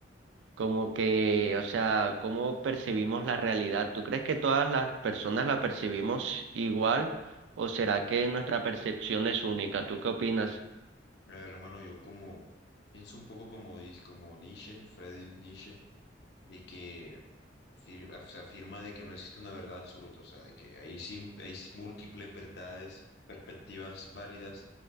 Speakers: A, on the right; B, on the left.
A: como que, o sea, ¿cómo percibimos la realidad? ¿Tú crees que todas las personas la percibimos igual o será que nuestra percepción es única? ¿Tú qué opinas?
B: A ver, hermano, yo como pienso un poco como, dis- como Nietzsche, Friedrich Nietzsche, de que afir- af- se afirma de que no existe una verdad absoluta, o sea, de que hay, sim- hay s- múltiples verdades, perspectivas válidas,